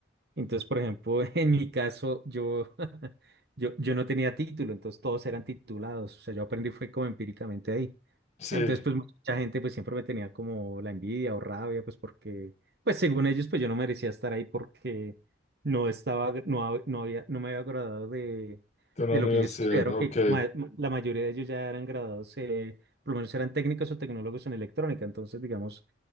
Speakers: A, on the right; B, on the left.
A: Entonces, por ejemplo, <laughs> en mi caso, yo, <laughs> yo, yo no tenía título, entonces todos eran titulados. O sea, yo aprendí fue como empíricamente ahí.
B: Sí,
A: Entonces,
B: de
A: pues mucha gente pues siempre me tenía como la envidia o rabia, pues porque, pues según ellos, pues yo no merecía estar ahí porque no estaba, no, hab- no había, no me había graduado de,
B: una
A: de
B: universidad,
A: lo que ellos estudiaron,
B: ok.
A: que ma- ma- la mayoría de ellos ya eran graduados, eh, por lo menos eran técnicos o tecnólogos en electrónica. Entonces, digamos,